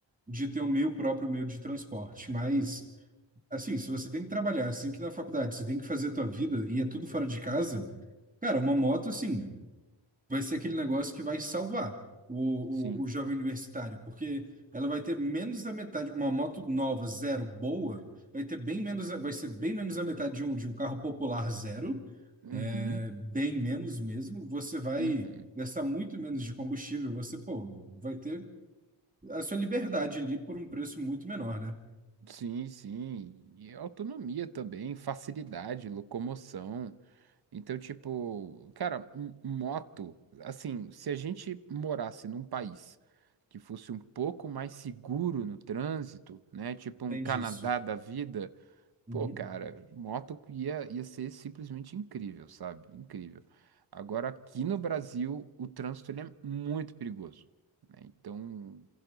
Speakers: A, on the right; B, on the right.
A: de ter o meu próprio meio de transporte, mas. Assim, se você tem que trabalhar, assim que na faculdade, você tem que fazer a tua vida e é tudo fora de casa, cara, uma moto, assim, vai ser aquele negócio que vai salvar o,
B: sim.
A: o, o jovem universitário, porque ela vai ter menos da metade, uma moto nova, zero, boa, vai ter bem menos, vai ser bem menos da metade de um, de um carro popular zero,
B: Uhum.
A: é, bem menos mesmo. Você vai
B: Uhum.
A: gastar muito menos de combustível, você, pô, vai ter a sua liberdade ali por um preço muito menor, né?
B: Sim, sim. E autonomia também, facilidade, locomoção. Então, tipo, cara, m- moto, assim, se a gente morasse num país que fosse um pouco mais seguro no trânsito, né? Tipo
A: Entende
B: um Canadá
A: isso.
B: da vida,
A: Uhum.
B: Pô, cara, moto ia, ia ser simplesmente incrível, sabe? Incrível. Agora, aqui no Brasil, o trânsito ele é muito perigoso, né? Então,